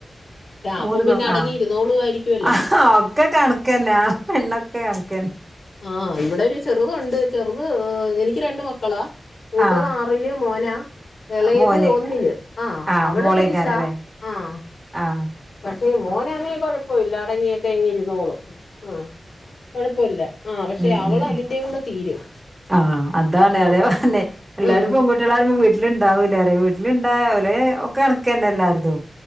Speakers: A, on the left (about 70°); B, on the right (about 20°).
A: അപ്പം
B: മൂന്ന്
A: പിന്നെ
B: പെൺ
A: അടങ്ങി
B: ആ
A: ഇരുന്നോളുമായിരിക്കുമല്ലോ
B: ആ ഒക്കെ കണക്കെന്നെ ആ പെണ്ണ് ക്ക് കണക്കെന്ന
A: ആഹ് ഇവിടെ ഒരു ചെറുതൊണ്ട് ചെറുത് എനിക്ക് രണ്ട് മക്കളാ മൂത്തത്
B: ആഹ്
A: ആറില് മോനാ എളേത്
B: മോന്
A: ഒന്നില് ആഹ്അവള്
B: ആഹ് മോളേക്കാരല്ലേ
A: പെരിശാ ആഹ്
B: ആഹ്
A: പക്ഷേ മോന് അങ്ങിയേ കൊഴപ്പോയില്ല അടങ്ങിയൊക്കെ ഇങ്ങ് ഇരുന്നോളും ആഹ് കൊഴപ്പൊല്ല ആ പക്ഷെ
B: ഉം
A: അവൾ
B: ഉം
A: അതിന്റെ കൂടെ തീരും
B: ആഹ് അതാണ്
A: ആ
B: അതേ തന്നെ എല്ലാരും
A: ഉം
B: പെൺകുട്ടികളാരും വീട്ടില്ണ്ടാവൂല്ല ആരേ വീട്ടിലിണ്ടാവല് ഒക്കെ കണക്കെന്നെ എല്ലാരും